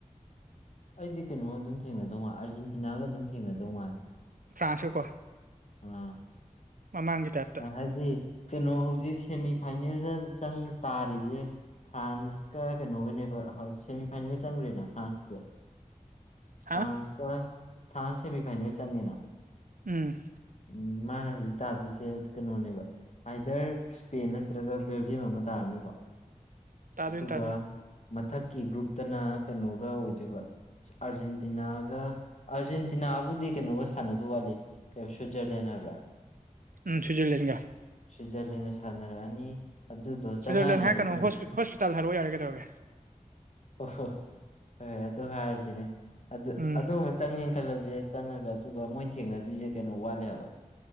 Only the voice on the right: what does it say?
ꯐ꯭ꯔꯥꯟꯁꯀꯀꯣ
ꯃꯃꯥꯡꯒꯤꯇꯥꯞ
ꯍꯥ
ꯎꯝ
ꯇꯥꯗꯣꯏꯅꯤ
ꯇꯥꯗꯣꯏꯅꯤ
ꯎꯝ ꯁ꯭ꯋꯤꯠꯖ꯭ꯔꯂꯦꯟꯒ
ꯁ꯭ꯋꯤꯖꯔꯂꯦꯟ ꯍꯥꯏꯔꯛꯀꯅꯣ
ꯍꯣꯁꯄꯤ ꯍꯣꯁꯄꯤꯇꯥꯜ ꯍꯥꯏꯔꯛꯑꯣ ꯌꯥꯔꯦ ꯀꯩꯗꯧꯔꯒꯦ
ꯎꯝ